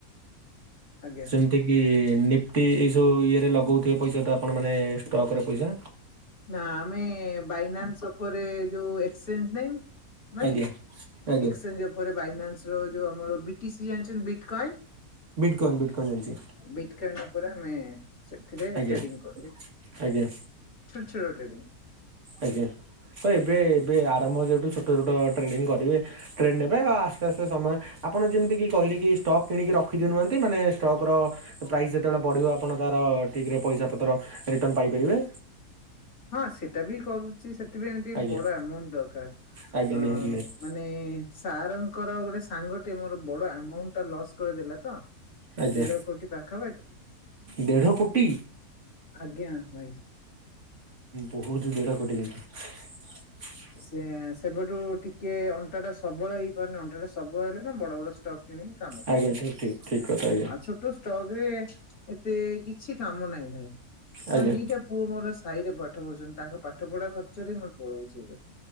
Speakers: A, on the left; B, on the right.
A: ଆଜ୍ଞା
B: ସେମ୍ ଠିକି ନିପ୍ଟି ଏଇ ଯୋଉ ଇଏରେ ଲଗଉଥିବେ ପଇସା ତ ଆପଣ ମାନେ ଷ୍ଟକର ପଇସା।
A: ନା ଆମେ ବାଇନାନ୍ସ ଉପରେ ଏ ଯୋଉ ଏକ୍ସଚେଞ୍ଜ ନାହିଁ? ଭାଇ
B: ଆଜ୍ଞା ଆଜ୍ଞା
A: ଏକ୍ସଚେଞ୍ଜ ଉପରେ ବାଇନାନ୍ସ ର ଯୋଉ ଆମର ବି ଟି ସି ଜାଣିଛନ୍ତି ବିଟ୍ କଲ୍?
B: ବିିଟକନ୍ ବିଟକନ୍ ଜାଣିଛି।
A: ବିଟକାନ୍ ଉପରେ ଆମେ ସେଥିରେ
B: ଆଜ୍ଞା
A: ଟ୍ରେଡିଙ୍ଗ କରୁ।
B: ଆଜ୍ଞା
A: ଛୋଟ ଛୋଟେ ଟ୍ରେଡିଙ୍ଗ।
B: ଆଜ୍ଞା ତ ଏବେ ଏବେ ଆରମ୍ଭ ଯେହେତୁ ଛୋଟ ଛୋଟ ଟ୍ରେଡିଂ କରିବେ। ଟ୍ରେନ୍ ନେବେ ଆ ଆସ୍ତେ ଆସ୍ତେ ସମୟେ ଆପଣ ଯେମିତି କିି କହିଲେ କି ଷ୍ଟକ୍ କିଣିକି ରଖିଦିଅ ନୁହନ୍ତି ମାନେ ଷ୍ଟକର ଓ ପ୍ରାଇସ୍ ଯେତେବେଳେ ବଢ଼ିବ ଆପଣ ତାର ଠିକ୍ ରେ ପଇସା ପତ୍ର ରିଟର୍ଣ୍ଣ ପାଇପାରିବେ।
A: ହଁ ସେଟା ବି କରୁଛି ସେଥିପାଇଁ ଆଉ ଟିକେ
B: ଆଜ୍ଞା।
A: ବଡ଼ ଆମାଉଣ୍ଟ ଦରକାର
B: ଆଜ୍ଞା
A: ଅମ୍
B: ନିହାତି ନିହାତି
A: ମାନେ ସାରଙ୍କର ଗୋଟେ ସାଙ୍ଗଟେ ମୋର ବଡ଼ ଆମାଉଣ୍ଟ ଟା ଲସ୍ କରିଦେଲା ତ।
B: ଆଜ୍ଞା
A: ଦେଢ଼ କୋଟି ପାଖାପାଖି
B: ଦେଢ କୋଟି
A: ଆଜ୍ଞା ଭାଇ।
B: ବୋହୁତ ଦେଢ଼ କୋଟି କିନ୍ତୁ।
A: ସେ, ସେବେଠୁ ଟିକେ ଅଣ୍ଟା ଟା ସବଳ ହେଇପାରୁନି। ଅଣ୍ଟା ଟା ସବଳ ହେଲେ ନା ବଡ ବଡ ଷ୍ଟକ୍ କିଣିକି, କାମ କରିବେ।
B: ଆଜ୍ଞା ଠିକ ଠିକ ଠିକ କଥା ଆଜ୍ଞା
A: ଷ୍ଟଗ୍ ରେ ଏତେ କିଛି କାମ ନାହିଁ ଭାଇ।
B: ଆଜ୍ଞା
A: ଦିଟା ପୁଅ ମୋର ଇ ରେ ପାଠ ପଢୁଚନ୍ତି, ତାଙ୍କ ପାଠ ପଢ଼ା ଖର୍ଚ୍ଚରେ ମର୍ ପଳଉଚି ଏବେ।